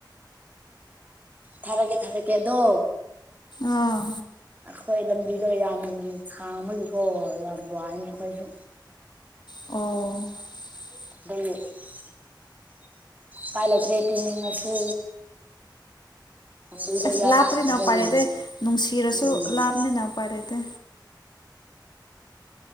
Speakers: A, on the right; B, on the left.
A: ꯊꯥꯔꯛꯀꯦ ꯊꯥꯔꯛꯀꯦ ꯑꯗꯣ
B: ꯑꯥ
A: ꯑꯩꯈꯣꯏ ꯂꯝꯕꯤ ꯑꯗꯣ ꯌꯥꯝ ꯁꯥꯡꯕꯒꯤꯀꯣ ꯌꯥꯝ ꯋꯥꯏꯅꯦ ꯑꯩꯈꯣꯏꯁꯨ
B: ꯑꯣ
A: <unintelligible> ꯄꯥꯏꯂꯦꯇꯔꯤ ꯀ꯭ꯂꯤꯅꯤꯡꯅꯤꯡ ꯑꯁꯤꯁꯨ ꯑꯗꯨꯏꯗ
B: ꯑꯁ
A: ꯏꯟ
B: ꯂꯥꯞꯄꯅꯤꯅ
A: ꯐꯠꯇꯕꯒꯤ
B: ꯎꯄꯥꯏ ꯂꯩꯇꯦ ꯅꯨꯡꯁꯤꯔꯁꯨ
A: ꯎꯝ
B: ꯂꯥꯞꯄꯅꯤꯅ ꯎꯄꯥꯏ ꯂꯩꯇꯦ